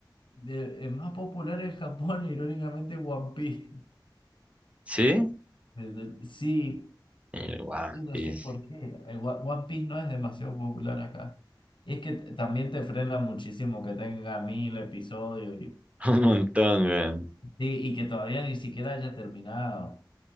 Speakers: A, on the left (about 85°); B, on the right (about 15°).
A: de- es más popular en Japón, irónicamente, One Piece.
B: ¿sí?
A: Desde- sí.
B: El One
A: No
B: Piece,
A: sé por qué. Eh, Wa- One Piece no es demasiado popular acá. Y es que t- también te frena muchísimo que tenga mil episodios y,
B: <laughs> un montón, weón.
A: sí, y que todavía ni siquiera haya terminado.